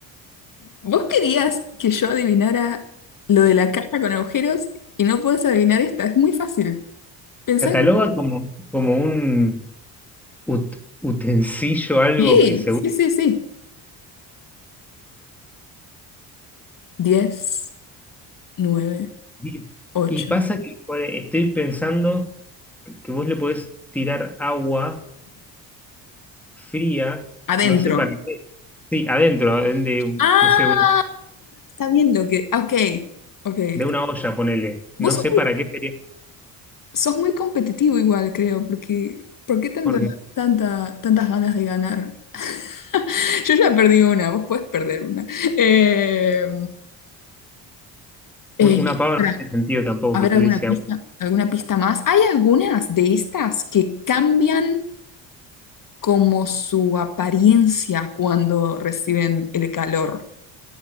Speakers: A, on the left (about 45°); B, in the centre.
A: Vos querías que yo adivinara lo de la caja con agujeros y no puedes adivinar esta, es muy fácil. Pensá
B: cataloga como, como un ut- utensilio, algo
A: Sí,
B: que se
A: sí, sí, sí. diez nueve
B: Y,
A: ocho
B: y pasa que pues, estoy pensando que vos le podés tirar agua fría,
A: Adentro,
B: no sé para qué. Sí, adentro, de, de,
A: Ah,
B: no sé, una-
A: está bien lo que. ah, Ok, ok. está-
B: de una olla, ponele. No
A: Vos sos
B: sé
A: muy,
B: para qué sería,
A: sos muy competitivo igual, creo, porque ¿por qué tanta,
B: porque
A: tanta, tantas ganas de ganar? <laughs> Yo ya perdí una, vos podés perder una. Eh, eh,
B: un- una pava
A: pará,
B: no tiene sentido tampoco
A: a ver
B: que tuviese
A: alguna pista,
B: agua.
A: alguna pista más. Hay algunas de estas que cambian como su apariencia cuando reciben el calor,